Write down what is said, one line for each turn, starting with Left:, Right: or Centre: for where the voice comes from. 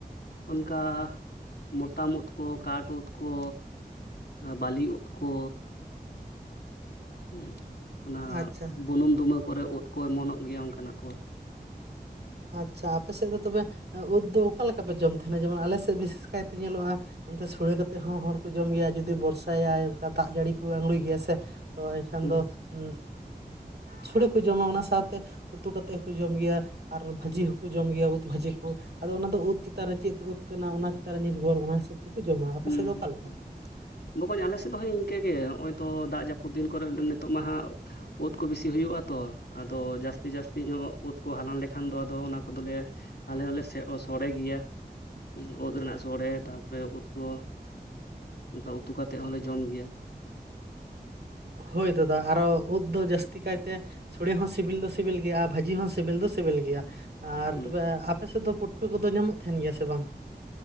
Left: ᱚᱱᱠᱟ ᱢᱚᱛᱟᱢ ᱩᱫ ᱠᱚ, ᱠᱟᱴ ᱩᱫ ᱠᱚ, ᱵᱟᱹᱞᱤ ᱩᱫ ᱠᱚ, ᱦᱩ ᱚᱱᱟ
Right: ᱟᱪᱪᱷᱟ
Left: ᱵᱩᱱᱩᱢ ᱫᱩᱢᱟᱹ ᱠᱚᱨᱮ ᱩᱫ ᱠᱚ ᱮᱢᱚᱱᱚᱜ ᱜᱮᱭᱟ ᱚᱱᱠᱟᱱᱟᱜ ᱠᱚ,
Right: ᱟᱪᱪᱷᱟ ᱟ ᱯᱮ ᱥᱮᱫ ᱫᱚ ᱛᱚᱵᱮ ᱩᱫ ᱫᱚ ᱚᱠᱟ ᱞᱮᱠᱟ ᱯᱮ ᱡᱚᱢ ᱛᱟᱦᱮᱱᱟ ᱡᱮᱢᱚᱱ ᱟᱞᱮ ᱥᱮᱫ ᱵᱤᱥᱮᱥ ᱠᱟᱭᱛᱮ ᱧᱮᱞᱚᱜᱼᱟ ᱱᱚᱱᱛᱮ ᱥᱩᱲᱮ ᱠᱟᱛᱮᱫ ᱦᱚᱸ ᱦᱚᱲ ᱠᱚ ᱡᱚᱢ ᱜᱮᱭᱟ ᱡᱩᱫᱤ ᱵᱷᱚᱨᱥᱟᱭᱟᱭ ᱚᱱᱠᱟ ᱫᱟᱜ ᱡᱟᱹᱲᱤ ᱠᱩ ᱟᱸᱜᱬᱩᱭ ᱜᱮᱭᱟ ᱥᱮ ᱛᱚ ᱮᱱᱠᱷᱟᱱ
Left: ᱦᱩᱸ
Right: ᱫᱚ ᱩ ᱥᱩᱲᱟᱹ ᱠᱚ ᱡᱚᱢᱟ ᱚᱱᱟ ᱥᱟᱶᱛᱮ ᱩᱛᱩ ᱠᱟᱛᱮᱫ ᱦᱚᱸᱠᱚ ᱡᱚᱢ ᱜᱮᱭᱟ, ᱟᱨ ᱵᱷᱟᱹᱡᱤ ᱦᱚᱸᱠᱚ ᱡᱚᱢ ᱜᱮᱭᱟ ᱩᱫ ᱵᱷᱟᱹᱡᱤ ᱠᱚ ᱟᱫᱚ ᱚᱱᱟ ᱫᱚ ᱩᱫ ᱪᱮᱛᱟᱱ ᱨᱮ ᱪᱮᱫ ᱩᱫ ᱠᱟᱱᱟ ᱚᱱᱟ ᱪᱮᱛᱟᱱ ᱨᱮ ᱱᱤᱨᱵᱷᱚᱨ ᱚᱱᱟ ᱦᱤᱥᱟᱹᱵ ᱛᱮᱠᱚ ᱡᱚᱢᱟ ᱟᱯᱮ
Left: ᱦᱩᱸ
Right: ᱥᱮᱫ ᱫᱚ ᱚᱠᱟ
Left: ᱦᱩᱸ
Right: ᱞᱮᱠᱟ᱾
Left: ᱦᱩᱸ ᱵᱚᱠᱚᱧ ᱟᱞᱮ ᱥᱮᱫ ᱫᱚ ᱦᱳᱭ ᱤᱱᱠᱟᱹᱜ ᱜᱮ ᱱᱚᱜᱼᱚᱭ ᱛᱚ ᱫᱟᱜ ᱡᱟᱹᱯᱩᱫ ᱫᱤᱱ ᱠᱚᱨᱮ ᱱᱤᱛᱚᱜ ᱢᱟ ᱦᱟᱸᱜ ᱚᱫ ᱠᱚ ᱵᱥᱥᱤ ᱦᱩᱭᱩᱜᱼᱟ ᱛᱚ ᱟᱫᱚ ᱡᱟᱹᱥᱛᱤ ᱡᱟᱹᱥᱛᱤ ᱧᱚᱜ ᱩᱫ ᱠᱚ ᱦᱟᱞᱟᱝ ᱞᱮᱠᱷᱟᱱ ᱫᱚ ᱟᱫᱚ ᱚᱱᱟ ᱠᱚᱫᱚᱞᱮ ᱟᱞᱮ ᱦᱚᱞᱮ ᱥᱮᱜ ᱥᱚᱲᱮ ᱜᱮᱭᱟ ᱩᱫ ᱨᱮᱱᱟᱜ ᱥᱚᱲᱮ, ᱛᱟᱯᱚᱨᱮ ᱩᱫ ᱠᱚ ᱚᱱᱠᱟ ᱩᱛᱩ ᱠᱟᱛᱮᱫ ᱦᱚᱸᱞᱮ ᱡᱚᱢ ᱜᱮᱭᱟ᱾
Right: ᱦᱳᱭ ᱫᱟᱫᱟ ᱟᱨᱚ ᱩᱫ ᱫᱚ ᱡᱟᱹᱥᱛᱤ ᱠᱟᱭᱛᱮ ᱥᱚᱲᱮ ᱦᱚᱸ ᱥᱤᱵᱤᱞ ᱫᱚ ᱥᱤᱵᱤᱞ ᱜᱮᱭᱟ ᱟᱨ ᱵᱷᱟᱹᱡᱤ ᱦᱚᱸ ᱥᱤᱵᱤᱞ ᱫᱚ ᱥᱤᱵᱤᱞ ᱜᱮᱭᱟ, ᱟᱨ
Left: ᱦᱩᱸ
Right: ᱛᱚᱵᱮ ᱟᱯᱮᱥᱮᱫ ᱫᱚ ᱯᱩᱴᱩᱠᱟᱹ ᱠᱚᱫᱚ ᱧᱟᱢᱚᱜ ᱛᱟᱦᱮᱱ ᱜᱮᱭᱟ ᱥᱮ ᱵᱟᱝ᱾